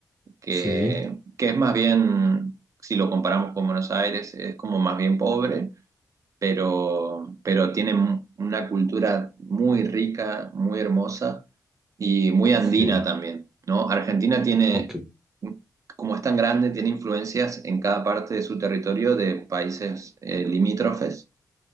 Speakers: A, on the right; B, in the centre.
A: que,
B: Sí,
A: que es más bien, si lo comparamos con Buenos Aires, es como más bien pobre, pero, pero tienen una cultura muy rica, muy hermosa y muy andina
B: sí.
A: también, ¿no? Argentina tiene,
B: ok,
A: como es tan grande, tiene influencias en cada parte de su territorio de países eh, limítrofes.